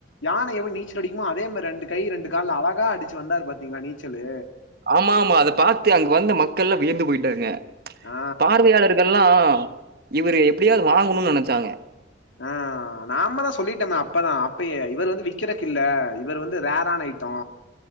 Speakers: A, on the left; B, on the right.
A: யானை எப்டி நீச்சல் அடிக்குமோ அதே மாரி ரெண்டு கை ரெண்டு கால்ல அழகா அடிச்சு வந்தாரு பாத்தீங்களா நீச்சலு
B: ஆமா ஆமா அத பாத்து அங்க வந்த மக்கள்ளா வியந்து போய்ட்டாங்க
A: ஆ
B: பார்வையாளர்கள்லாம் இவரு எப்டியாவது வாங்கணும்னு நெனச்சாங்க
A: ஆஹ் நாம தான் சொல்லிட்டோமே அப்பதான் அப்பயே இவர் வந்து விக்கிறக்கு இல்ல இவர் வந்து ரேரான ஐட்டோ